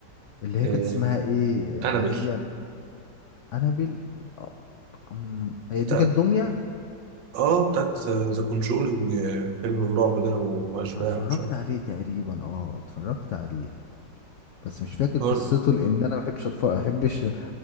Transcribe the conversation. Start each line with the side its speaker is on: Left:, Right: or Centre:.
Left: اللي هي
Right: آه
Left: كانت اسمها ايه اللي
Right: انابل
Left: هي انابل آه، أم، هي
Right: انت
Left: دي كانت دميه
Right: اه بتاعت ذا كونجورينج فيلم الرعب ده واشباح
Left: انا اتفرجت
Right: مش عارف
Left: عليه تقريبا اه اتفرجت عليه بس مش فاكر قصته
Right: هاري.
Left: لان انا ما بحبش اتفرج ما بحبش أ-